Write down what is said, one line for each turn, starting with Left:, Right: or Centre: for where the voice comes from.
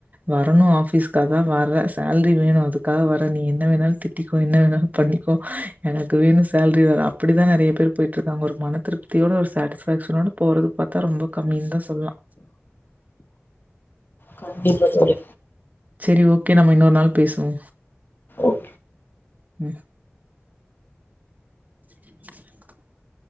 Right: வரணும் ஆஃபீஸ்க்காக தா வர சேல்ரி வேணு அதுக்காக வர நீ என்ன வேணாலு திட்டிக்கோ என்ன வேணாலு பண்ணிக்கோ எனக்கு வேணும் சேல்ரி வர அப்படிதா நெறைய பேர் போயிட்டு இருக்காங்க ஒரு மன திருப்தியோட ஒரு சாட்டிஸ்ஃபேக்ஷனோட போறது பார்த்தா ரொம்ப கம்மின்னு தா சொல்லலா
Left: கண்டிப்பா தோழி
Right: செரி ஓகே நம்ம இன்னொர் நாள் பேசுவோ
Left: ஓகே
Right: உ உ